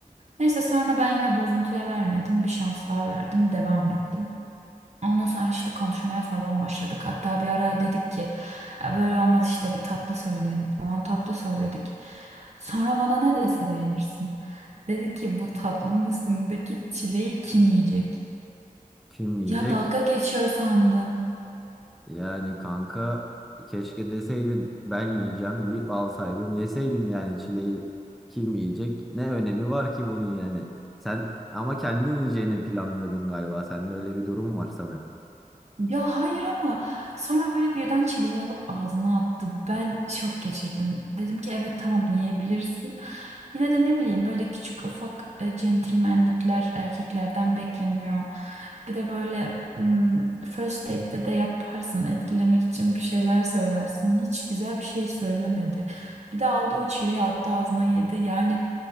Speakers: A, on the right (about 50°); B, in the centre.
A: Neyse sonra ben yine bozuntuya vermedim. Bir şans daha verdim. Devam ettim. Ondan sonra işte konuşmaya falan başladık. Hatta bir ara dedik ki "Ya böyle olmaz işte bir tatlı söyleyelim falan tatlı söyledik. Sonra bana ne dese beğenirsin. Dedi ki bu tatlının üstündeki çileği kim yiyecek?
B: Kim yiyecek?
A: Ya dalga geçiyor sandım.
B: Yani kanka keşke deseydin ben yiyeceğim deyip alsaydın yeseydin yani çileği kim yiyecek? Ne önemi var ki bunun yani? Sen ama kendin yiyeceğini planlıyordun galiba. Sende öyle bir durum var sanırım.
A: Ya hayır ama sonra böyle birden çileği alıp ağzına attı. Ben şok geçirdim. Dedim ki evet tamam yiyebilirsin. Yine de ne bileyim böyle küçük ufak e, centilmenlikler erkeklerden bekleniyor. Bir de böyle mm, first date'te de yaparsın etkilemek için bir şeyler söylersin. Hiç güzel bir şey söylemedi. Bir de aldı o çileği attı ağzına yedi. Yani